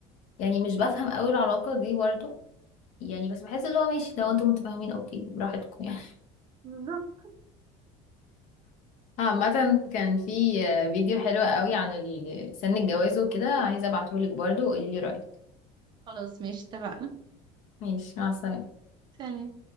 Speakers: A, on the left; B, on the right.
A: يعني مش بفهم قوي العلاقه دي برضو يعني بس بحس اللي هو ماشي لو انتم متفاهمين اوكي براحتكم يعني
B: بالظبط
A: <laughs> عامة كان في آه، فيديو حلو قوي عن ال- سن الجواز وكده عايزة ابعتهولك برضو وقوليلي رأيك
B: خلاص ماشي اتفقنا
A: ماشي مع السلامة
B: سلام